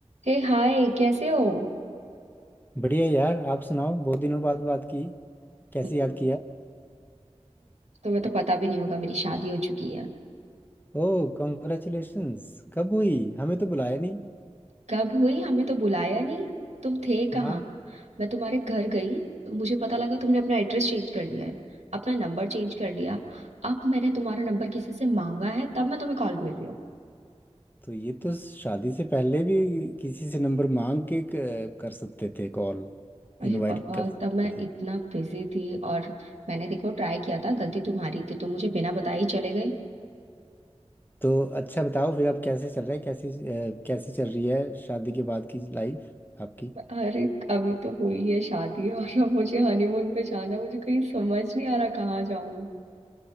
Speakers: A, on the right (about 80°); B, on the left (about 15°).
A: हे हाय कैसे हो
B: बढ़िया यार आप सुनाओ बहुत दिनों बाद बात की कैसे
A: हम्म
B: याद किया
A: तुम्हें तो पता भी नहीं होगा मेरी शादी हो चुकी है
B: ओह कॉन्ग्रेचुलेशंस कब हुई हमें तो बुलाया नहीं
A: कब हुई हमें तो बुलाया नहीं तुम थे कहाँ
B: हाँ
A: मैं तुम्हारे घर गई तो मुझे पता लगा तुमने अपना एड्रेस चेंज कर लिया है अपना नंबर चेंज कर लिया अब मैंने तुम्हारा नंबर किसी से मांगा है तब मैं तुम्हें कॉल कर रही हूँ
B: तो ये तो शादी से पहले भी किसी से नंबर मांग के क- कर सकते थे कॉल
A: अरे
B: इनवाइट
A: बाबा
B: कर सकते
A: तब मैं
B: थे
A: इतना बिजी थी और मैंने देखो ट्राई किया था गलती तुम्हारी थी तुम मुझे बिना बताए ही चले गए
B: तो अच्छा बताओ फिर अब कैसे चल रहा है कैसी अ, कैसी चल रही है शादी के बाद की लाइफ आपकी
A: अरे अभी तो हुई है शादी और अब मुझे हनीमून पे जाना है, मुझे कहीं समझ नहीं आ रहा कहाँ जाऊँ